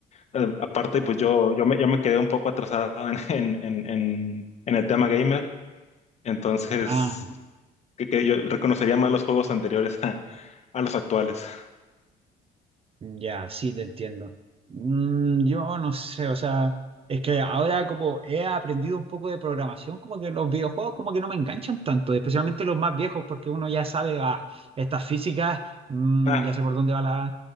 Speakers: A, on the left; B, on the right.
A: Eh, aparte, pues yo, yo me, yo me quedé un poco atrasado <laughs> en, en, en, en- en el tema gamer. Entonces,
B: Ah,
A: que, que yo reconocería más los juegos anteriores a, a los actuales. <laughs>
B: Ya, sí, te entiendo. Mm, yo no sé, o sea, es que ahora como he aprendido un poco de programación, como que los videojuegos como que no me enganchan tanto, especialmente los más viejos, porque uno ya sabe, ah, estas físicas, mm,
A: Ah,
B: ya sé por dónde va la...